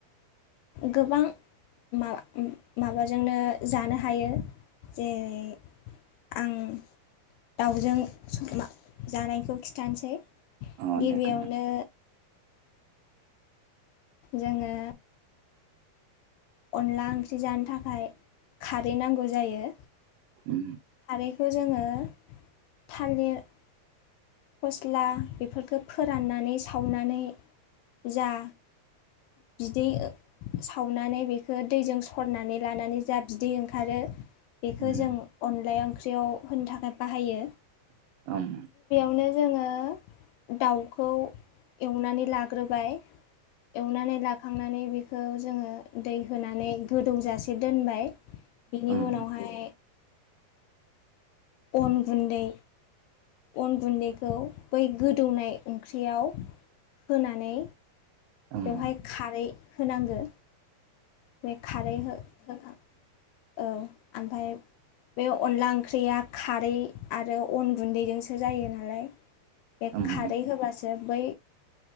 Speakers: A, on the left (about 80°); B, on the right (about 75°).
A: गोबां मा-म- माबाजोंनो जानो हायो जेरै आं दाउजों जानायखौ खिथानोसै
B: अ
A: गिबियावनो
B: दे खोन्था
A: जोङो अनला ओंख्रि जानो थाखाय खारै नांगौ जायो
B: उम
A: खारैखौ जोङो थालिर फस्ला बेफोरखौ फोराननानै सावनानै जा <inaudible> बिदै सावनानै बेखौ दैजों सरनानै लानानै जा बिदै ओंखारो बेखो
B: उम
A: जों अनला ओंख्रियाव होनो थाखाय बाहायो
B: ओं
A: बेखौनो जोङो दाउखौ एवनानै लाग्रोबाय एवनानै लाखांनानै बेखौ जोङो दै होनानै गोदौजासे दोनबाय बेनि
B: ओम
A: उनावहाय अन गुन्दै अन गुन्दैखौ बै गोदौनाय ओंख्रियाव होनानै
B: ओम
A: बेवहाय खारै होनांगो। बे खारै हो-होखां औ ओमफ्राय बे अनला ओंख्रिया खारै आरो अन गुन्दैजोंसो जायो नालाय बे
B: ओम
A: खारै होबासो बै